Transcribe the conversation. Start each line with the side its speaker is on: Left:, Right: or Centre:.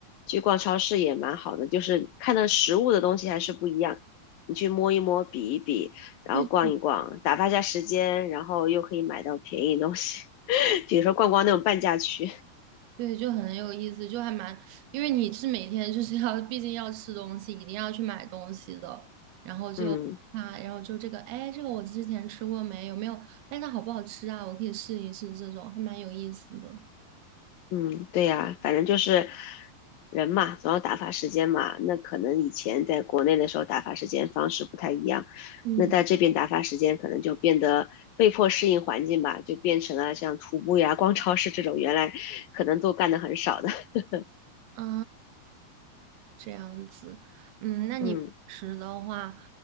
Left: 去逛超市也蛮好的，就是看到实物的东西还是不一样。你去摸一摸，比一比，然后逛一逛，
Right: 对，对
Left: 打发一下时间，然后又可以买到便宜东西，<laughs> 比如说逛逛那种半价区。
Right: 对，就很有意思，就还蛮，因为你是每天就是要，毕竟要吃东西，一定要去买东西的，然后就啊，
Left: 嗯，
Right: 然后就这个，哎，这个我之前吃过没？有没有？哎，它好不好吃啊？我可以试一试，这种还蛮有意思的。
Left: 嗯，对呀，反正就是人嘛，总要打发时间嘛。那可能以前在国内的时候打发时间方式不太一样，
Right: 嗯
Left: 那在这边打发时间可能就变得被迫适应环境吧，就变成了像徒步呀、逛超市这种原来可能都干的很少的。<laughs>
Right: 啊，这样子，嗯，那你平时的话
Left: 嗯，